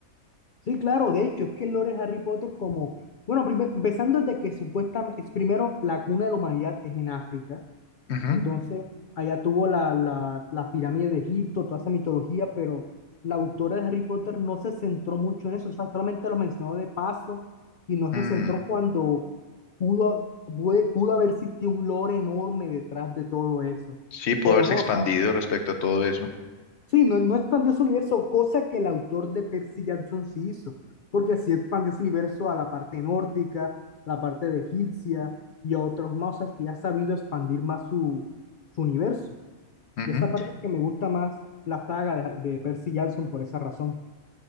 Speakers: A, on the left; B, on the left.
A: sí, claro, de hecho, es que el lore de Harry Potter como... Bueno, primer- empezando desde que supuestamente, es primero, la cuna de la humanidad es en África,
B: Ujú.
A: Entonces, allá tuvo la, la, las pirámides de Egipto, toda esa mitología, pero la autora de Harry Potter no se centró mucho en eso, o sea, solamente lo mencionó de paso y no
B: Mm,
A: se centró cuando pudo, pude- pudo haber existido un lore enorme detrás de todo eso.
B: Sí, pudo
A: Pero
B: haberse
A: no,
B: expandido
A: o sea,
B: respecto a todo eso.
A: sí, no, no expandió su universo, cosa que el autor de Percy Jackson sí hizo, porque sí expandió su universo a la parte nórdica, la parte de egipcia y a otros más, o sea, sí ha sabido expandir más su, su universo.
B: Ujú.
A: Y esa parte es que me gusta más la saga de, de Percy Jackson por esa razón.